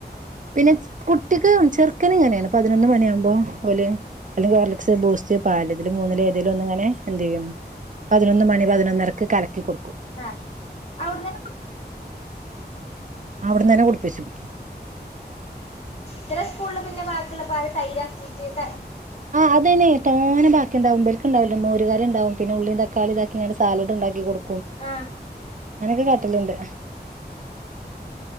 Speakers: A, on the right; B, on the left.
A: പിന്നെ ച് കുട്ടിക്ക് ചെറുക്കൻ ഇങ്ങനെയാണ് പതിനൊന്ന് മണിയകുമ്പോ ഓല് ഹോർലിക്സ്, ബൂസ്റ്റ്‌, പാൽ ഇതിൽ മൂന്നിൽ എതേലും ഒന്നിങ്ങനെ എന്തേയ്യും പതിനൊന്നു മണി പതിനൊന്നര <unintelligible>
B: ആ അവിടുന്ന്
A: അവിടന്ന് തന്നെ കുടിപ്പിച്ചും
B: ചില സ്കൂളിൽ പിന്നെ ബാക്കിയുള്ള പാല് തൈരാാക്കിയിട്ട്
A: അത്അയ്‌ന് തോനെ ബാ ഉണ്ടാവും, ബാൽക്കുണ്ടാവൂല മോരുകറിണ്ടാകും, പിന്നെ ഉള്ളീംതക്കാളി ദാക്കിക്കാണ്ട് സാലഡ് ണ്ടാക്കി ക്കൊടു
B: ആഹ
A: അനൊക്കെ കാട്ട ലുണ്ട്